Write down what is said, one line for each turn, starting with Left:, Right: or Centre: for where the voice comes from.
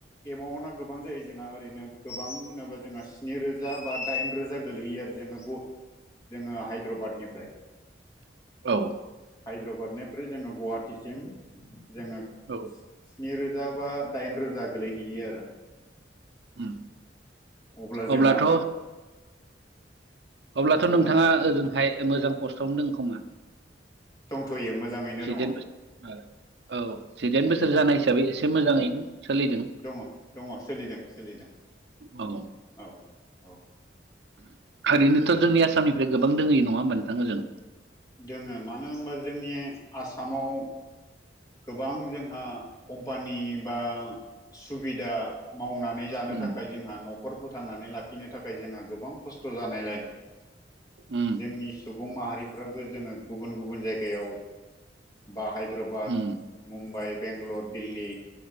Left: एमाउन्टआ गोबां जायो जोंहा ओरैनो गोबां होनोबा जोंहा स्नि रोजा बा दाइन रोजा गोलैयो आरो जोंङो गु जोंङो हायद्राबादनिफ्राय
Right: औ
Left: हायद्राबादनिफ्राय जोंङो गुवाहाटिसिम जोंङो
Right: औ
Left: स्निोजा रोजा बा दाइन रोजा गोलैहैयो आरो
Right: उम
Left: अब्ला
Right: अब्लाथ'
Left: जोंहा
Right: अब्लाथ'
Left: औ
Right: नोंथांङा ओजोंहाय मोजां पसमोनदों खोमा
Left: थ'यो मोजांङैनो
Right: जिदाइन
Left: दंङो
Right: बोसोर औ जिदाइन बोसोर जानाय हिसाबै एसे मोजांङैनो सोलिदों
Left: दङ दङ सोलिदों सोलिदों
Right: औ
Left: औ औ
Right: ओरैनोथ' जोंनि आसामनिफ्राय गोबां दोंङै नंङा होमबा नोंथां होजों
Left: दंङो मानो होनबा जोंनि आसामाव गोबां जोंहा कम्पानि बा सुबिदा मावनानै जानो
Right: उम
Left: थाखाय जोंहा न'खर फोथांनानै लाखिनो थाखाय जोंहा गोबां खस्थ' जानायलाय
Right: उम
Left: जोंनि सुबुं सुबुं माहारिफ्राबो जोंङो गुबुन गुबुन जायगायाव बा हायद्राबाद
Right: उम
Left: मुम्बाइ बेंगलर दिल्ली